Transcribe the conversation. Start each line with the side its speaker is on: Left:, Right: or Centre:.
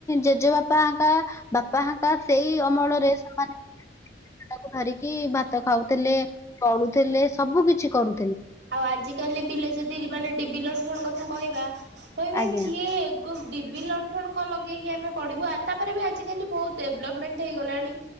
Left: ଜେଜେବାପା ହେଙ୍କା ବାପା ହାଙ୍କା ସେଇ ଅମଳରେ ସେମାନେ ତାକୁ ଧରିକି ଭାତ ଖାଉଥିଲେ ଚଳୁଥିଲେ ସବୁ କିଛି କରୁ
Right: ଆଉ ଆଜିକାଲି ପିଲେ ଯଦି ମାନେ ଡିବି ଲଣ୍ଠନ କଥା କହିବା କହିବେ
Left: ଆଜ୍ଞା
Right: ଛି ଡିବି ଲଣ୍ଠଣ କଣ ଲଗେଇକି ଆମେ ପଢ଼ିବୁ, ଆ ତାପରେ ବି ଆଜିକାଲି ବହୁତ ଡେଭଲପମେଣ୍ଟ ହେଇଗଲାଣି,